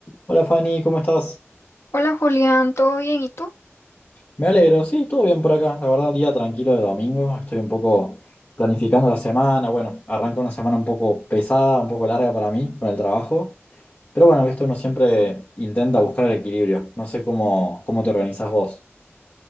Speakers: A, on the left; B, on the left.
A: Hola Fanny, ¿cómo estás?
B: Hola Julián, ¿todo bien? ¿Y tú?
A: Me alegro, sí, todo bien por acá. La verdad, día tranquilo de domingo. Estoy un poco planificando la semana. Bueno, arranca una semana un poco pesada, un poco larga para mí con el trabajo. Pero bueno, viste, uno siempre intenta buscar el equilibrio. No sé cómo, cómo te organizás vos.